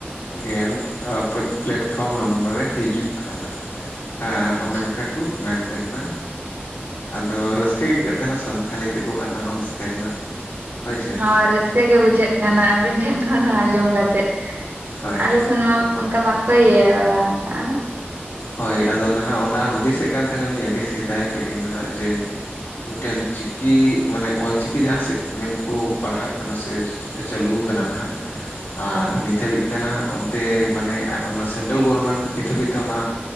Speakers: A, on the left; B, on the right.
A: ᱜᱮᱞ ᱯᱟᱹᱴ ᱯᱞᱟᱴᱯᱷᱨᱚᱢ ᱱᱚᱢᱵᱚᱨ ᱨᱮ ᱦᱤᱡᱩᱜ ᱠᱟᱱᱟ᱾ ᱦᱮᱸ ᱚᱱᱮ
B: ᱟᱪᱪᱷᱟ
A: ᱚᱝᱠᱟ ᱠᱩ ᱢᱮᱱ ᱛᱟᱦᱮᱱᱟ ᱟᱫᱚ ᱨᱟᱹᱥᱠᱟᱹ ᱟᱹᱭᱠᱟᱹᱜ ᱛᱟᱦᱮᱱᱟ ᱥᱟᱱᱛᱷᱟᱞᱤ ᱛᱮᱠᱚ ᱟᱱᱟᱣᱩᱱᱥ ᱛᱟᱦᱮᱱᱟ᱾ ᱦᱳᱭ ᱥᱮ
B: ᱦᱚᱸ ᱨᱟᱹᱥᱠᱟᱹ ᱜᱮ ᱵᱩᱡᱷᱟᱹᱜ ᱠᱟᱱᱟ ᱟᱹᱵᱤᱱ ᱴᱷᱮᱱ ᱠᱷᱚᱱ ᱟᱸᱡᱚᱢ ᱠᱟᱛᱮᱫ,
A: ᱦᱳᱭ
B: ᱟᱞᱮ ᱥᱮᱱ ᱢᱟ ᱚᱱᱠᱟ ᱵᱟᱠᱚ ᱤᱭᱟᱹ ᱵᱟᱲᱟ ᱠᱟᱜᱼᱟ᱾
A: ᱦᱳᱭ ᱟᱫᱚ ᱱᱟᱦᱟᱜ ᱚᱱᱟ ᱦᱩᱫᱤᱥᱮᱜ ᱠᱟᱱ ᱛᱟᱦᱮᱱᱟᱹᱞᱤᱧ ᱟᱹᱰᱤ ᱥᱮᱫᱟᱭ ᱠᱷᱚᱡ ᱜᱮ ᱱᱟᱦᱟᱜ ᱡᱮ ᱢᱤᱫᱴᱮᱱ ᱪᱤᱠᱤ ᱢᱟᱱᱮ ᱚᱞᱪᱤᱠᱤ ᱡᱟᱦᱟᱸ ᱥᱮᱜ ᱢᱮᱱ ᱠᱚ ᱯᱟᱲᱦᱟᱜ ᱠᱟᱱᱟ ᱥᱮ ᱪᱟᱹᱞᱩ ᱠᱟᱱᱟ ᱱᱟᱦᱟᱜ ᱟᱨ
B: ᱦᱩᱸ
A: ᱱᱤᱛ ᱦᱟᱹᱵᱤᱡ ᱛᱮ ᱱᱟᱦᱟᱜ ᱚᱱᱛᱮ ᱢᱟᱱᱮ ᱟᱜ ᱚᱱᱟ ᱥᱮᱱᱴᱨᱟᱞ ᱜᱚᱨᱢᱮᱱᱴ ᱱᱤᱛ ᱦᱟᱹᱵᱤᱡ ᱛᱮ ᱚᱱᱟ